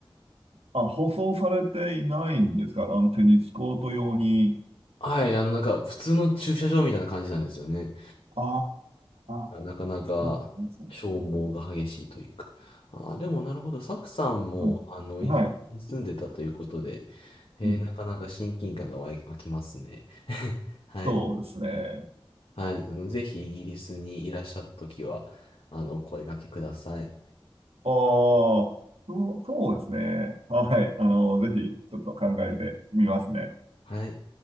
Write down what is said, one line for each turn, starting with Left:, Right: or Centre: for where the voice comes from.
Right: あ、舗装されていないんですかあの、テニスコート用に。
Left: はい、あの、なんか、普通の駐車場みたいな感じなんですよね。
Right: あ
Left: なかなか消耗が激しいというか。
Right: あ、そうかそうか
Left: あー、でもなるほど。サクさんも、
Right: うん。
Left: あの、
Right: はい。
Left: イギリスに住んでたということで、えーなかなか親近感が湧い湧きますね。
Right: うん。
Left: <laughs> はい。
Right: そうですね。
Left: はい。あの、ぜひイギリスにいらっしゃったときは、あの、お声掛けください。
Right: ああ、そうそうですね。はい。あの、ぜひ、ちょっと考えてみますね。
Left: はい。